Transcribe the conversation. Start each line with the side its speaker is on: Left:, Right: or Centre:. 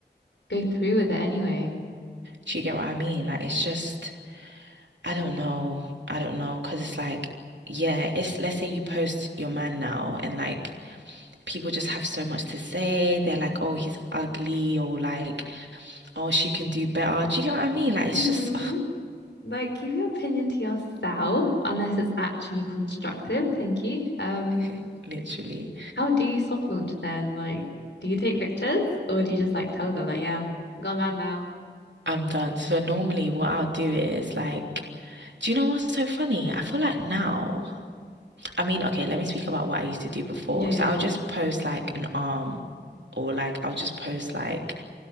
Left: go through with it anyway?
Right: Do you get what I mean? Like it's just I don't know. I don't know know, cause it's like yeah, it's let's say you post your man now and like people just have so much to say. They're like, "Oh, he's ugly," or like, "Oh, she can do better." Do you get what I mean? Like it's
Left: Mm-hmm.
Right: just
Left: Like, keep your opinion to yourself unless it's actually constructive. Thank you. Um,
Right: <sighs> literally
Left: how do you soft launch then? Like, do you take pictures or do you just like tell them like, yeah, got a man now?
Right: I'm done. So normally what I'll do is like, do you know what's so funny? I feel like now, I mean, okay, let me speak about what I used to do before.
Left: Yeah, yeah,
Right: So I'll just
Left: yeah.
Right: post like an arm or like I'll just post like,